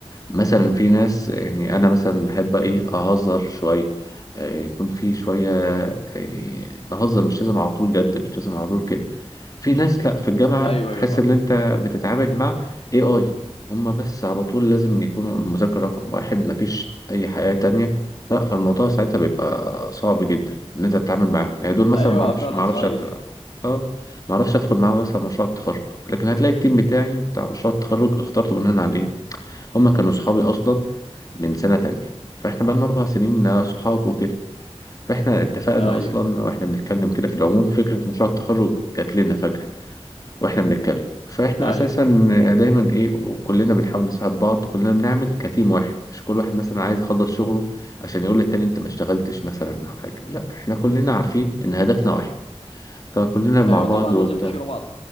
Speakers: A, on the left; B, on the left.
A: مثلا في ناس يعني انا مثلا بحب ايه اهزر شويه آه، يكون في شويه يعني نهزر مش لازم على طول جد مش لازم على طول كده في ناس لا في الجامعه
B: أيوه
A: تحس
B: أيوه فاهم
A: ان انت بتتعامل مع اي اي هما بس على طول لازم يكونوا المذاكره رقم واحد مفيش اي حياه تانية لا فالموضوع ساعتها بيبقى صعب جدا ان انت تتعامل معاهم يعني دول مثلا
B: أيوه
A: معرفش
B: فعلا
A: معرفش
B: صحيح
A: أت... اه معرفش ادخل معاهم مثلا مشروع التخرج لكن هتلاقي التيم بتاعي بتاع مشروع التخرج اخترته بناء على ايه هما كانوا صحابي اصلا من سنه تانية فاحنا بقالنا اربع سنين آه، صحاب وكده فاحنا اتفقنا
B: أيوه
A: اصلا واحنا بنتكلم كده في العموم فكره مشروع التخرج جات لنا فجاه واحنا بنتكلم فاحنا
B: أيوه
A: اساسا دايما ايه كلنا بنحاول نساعد بعض كلنا بنعمل كتيم واحد مش كل واحد مثلا عايز يخلص شغله عشان يقول للتاني انت ما اشتغلتش مثلا او حاجه لا احنا كلنا عارفين ان هدفنا واحد فكلنا مع
B: أيوه
A: بعض
B: طبعا
A: وبتاع
B: لازم تشيلوا بعض